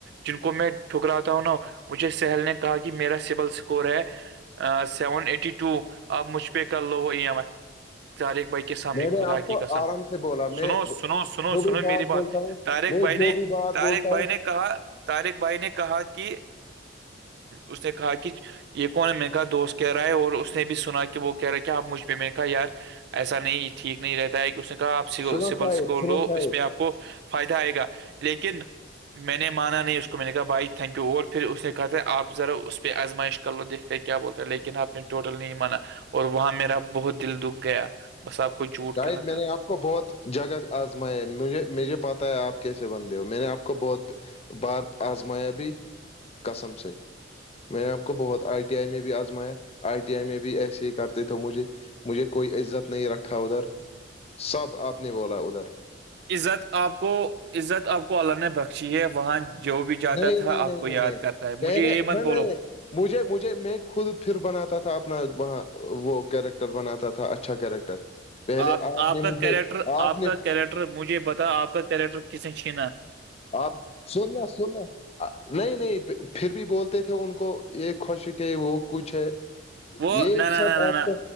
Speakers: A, on the right; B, on the left.
A: جن کو میں ٹھکراتا ہوں نا مجھے سہل نے کہا کہ میرا سبول اسکور ہے سیون ایٹی ٹو اپ مجھ پہ کر لو ای ایم آئی چار ایک بے سامنے
B: میں نے
A: خدا
B: آپ
A: کی
B: کو
A: قسم
B: آرام سے بولا میں
A: سنو سنو سنو
B: جو بھی
A: سنو میری
B: بولتا
A: بات
B: ہوں
A: طاریق
B: میں جو
A: نے
B: بھی بات
A: طاریق
B: بولتا
A: بھائی
B: ہوں
A: نے کہا طاریق بھائی نے کہا کہ اس نے کہا کہ یہ کون ہے میی نے کہا دوست کہہ رہا ہے اور اس نے بھی سنا کہ وہ کہہ رہا ہے کیا اب مجھ پہ میں نے کہایار ایسا نہیں ٹھیک نہیں رہتا ہے کہ اس نے کہا آپ
B: سنو
A: سبل
B: شاہد
A: سکوول
B: سنو
A: لو
B: شاہد
A: اس میں آپ کو فائدہ آئے گا لیکن میں نے مانا نہیں اس کو میں نے کہا بھائی تھینک یو اور پھر اس نے کہا تھا آپذرا اس پہ آزمائش کر لو دیکھ کیا بولتا ہے لیکن آپ نے ٹوٹل نہیں مانا اور وہاں میرا بہت دل دکھ گیا بس آپ کو جھوٹ
B: شاید
A: کہا تھا
B: میں نے آپ آ پکو بہت جگہ آزمائے مجھے مجھے پتا ہے آپ کیسے بندے ہو میں نے آ پکو بہت بارپ آزمایابی قسم سے میں نے آ کو بہت آئی ٹی آئی میں بھی آزمایا آئی ٹی آئی میں بھی ایسے ہی کرتے تھے مجھے مجھے کوئی عزت نہیں رکھا ادھر سب آپ نے بولا ادھر
A: عزت آپ کو عزت آپ کو اللہ نے بخشی ہے وہاں جو بھی جاتا
B: نہیں
A: تھا
B: نہیں نہیں
A: آپ کو
B: نہیں
A: یاد
B: نہیں
A: کرتا ہے
B: پہلے
A: مجھے یہ
B: نہیں
A: مت بولو
B: نہیں نہیں مجھے مجھے میں خود پھر بناتا تھا اپنا وہاں وہ کیریکٹر بناتا تھا اچھا اچھا کیریکٹر پہلے
A: آپ آپ
B: نے
A: کا
B: مجھے
A: کیریکٹر آپ کا
B: نے
A: کیریکٹر مجھے بتا آپ کا کیریکٹر کس نے چھیناا
B: آپ سننا سننا نہیں نہیں پھر بھی بولتے تھے ان کو یہ خوشک وہ کچھ ہے
A: وہ
B: یہ
A: نہ نہ
B: سب
A: نہ نہ
B: آپ
A: نہ
B: کو